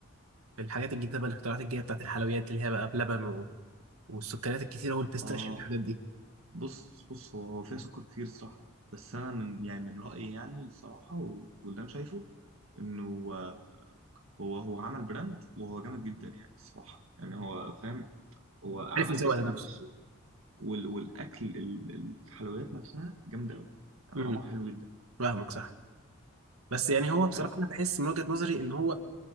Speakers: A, on the right; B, on the right.
A: في الحاجات الجديده بقى الاختراعات الجديده بتاعت الحلويات اللي هي بقى بلبن و... والسكريات الكتيره والبيستاشيو
B: اه
A: والحاجات دي
B: بص بص هو هو فيها سكر كتير صراحة بس انا من يعني من رأيي يعني صراحة و- واللي انا شايفه انه هو هو هو عمل براند وهو جامد جدا يعني الصراحة يعني هو فاهم هو عمل
A: عارف يسوق
B: اسم
A: على نفسه
B: لنفسه وال- والاكل ال- الحلويات نفسها جامدة قوي يعني
A: امم
B: طعمها حلو جدا
A: فاهمك صح بس يعني هو بصراحه
B: فاهم
A: انا بحس من وجهه نظري ان هو